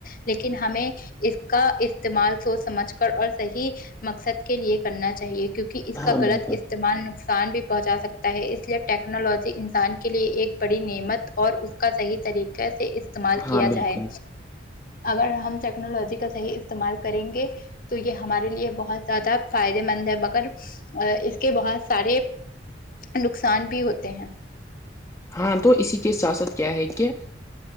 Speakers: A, on the left (about 45°); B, on the left (about 15°).
A: لیکن ہمیں اس کا استعمال سوچ سمجھ کر اور صحیح مقصد کے لیے کرنا چاہیے کیونکہ اس کا
B: ہاں
A: غلط
B: بالکل
A: استعمال نقصان بھی پہنچا سکتا ہے اس لیے ٹیکنالوجی انسان کے لیے ایک بڑی نعمت اور اس کا صحیح طریقے سے اس استعمال
B: ہاں
A: کیا
B: بالکل
A: جائے اگر ہم ٹیکنالوجی کا صحیح استعمال کریں گے تو یہ ہمارے لیے بہت زیادہ فائدے مند ہے مگر اس کے بہت سارے نقصان بھی ہوتے ہیں
B: ہاں تو اسی کے ساتھ ساتھ کیا ہے کہ